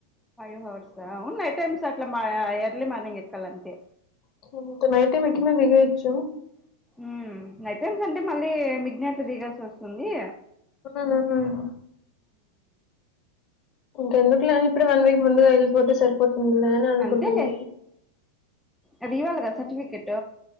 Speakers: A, in the centre; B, on the left.
A: five hours అవును ఎయి టైమ్స్ అట్లా ఎర్లీ మార్నింగ్ ఎక్కాలంతే
B: <unintelligible> <unintelligible>
A: <unintelligible> అంటే మళ్ళీ విజ్ఞత దిగాసి వస్తుంది
B: హ్మ్. హ్మ్. ఇంకెందుకులేని ఇప్పుడే వన్ వీక్ ముందుగా వెళ్లిపోతే సరిపోతుందిలే అని అనుకుంటుంది
A: అంతేలే అది ఇవ్వాలి కదా సర్టిఫికెట్